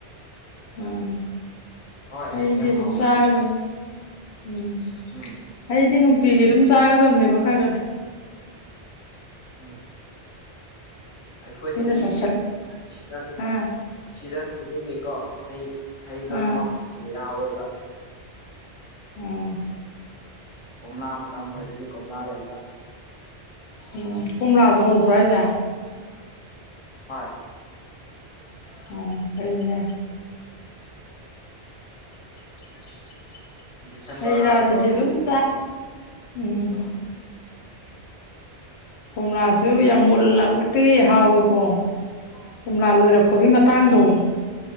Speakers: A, on the left (about 75°); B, on the left (about 30°).
A: ꯎꯝ
B: ꯍꯣꯏ
A: ꯍꯩꯗꯤ
B: ꯌꯥꯝ
A: ꯑꯗꯨꯝ
B: ꯍꯥꯎꯋꯦ
A: ꯆꯥꯒꯗꯧꯅꯤ ꯎꯝ
B: ꯎꯝ
A: ꯍꯩꯗꯤ ꯅꯨꯡꯇꯤꯒꯤ ꯑꯗꯨꯝ ꯆꯥꯒꯗꯕꯅꯦꯕ ꯈꯔ ꯈꯔꯗꯤ
B: ꯎꯝ ꯑꯩꯈꯣꯏꯗꯗꯤ
A: ꯑꯩꯈꯣꯏꯅ ꯆꯥꯁꯤꯜ
B: ꯁꯤꯖꯟ
A: ꯍꯥ
B: ꯁꯤꯖꯟ ꯈꯨꯗꯤꯡꯒꯤꯀꯣ ꯍꯩ ꯍꯩ ꯂꯣꯏꯅꯃꯛ
A: ꯑꯥ
B: ꯌꯥꯎꯋꯦꯕ
A: ꯎꯝ
B: ꯀꯣꯝꯂꯥ ꯃꯇꯝ ꯑꯣꯏꯔꯗꯤ ꯀꯣꯝꯂꯥ ꯂꯩꯗ
A: ꯎꯝ ꯀꯣꯝꯂꯁꯨ ꯍꯧꯕ꯭ꯔꯥ ꯍꯥꯢꯁꯦ
B: ꯍꯣꯢ
A: ꯑꯣ ꯐꯩꯅꯦ <inaudible>
B: ꯗꯤꯁꯦꯝꯕꯔ
A: ꯍꯩ ꯔꯥꯁꯤꯗꯤ
B: ꯌꯥꯎꯔꯗꯤ
A: ꯑꯗꯨꯝ ꯆꯥ ꯎꯝ
B: ꯃꯨꯟꯕ ꯍꯧꯥꯔꯅꯤ
A: ꯀꯣꯝꯂꯥꯁꯨ ꯌꯥꯝ ꯃꯨꯜꯂꯒꯗꯤ ꯍꯥꯎꯏꯀꯣ ꯀꯣꯝꯂꯥ ꯂꯣꯏꯔꯛꯄꯒꯤ ꯇꯥꯡꯗꯣ
B: ꯎꯝ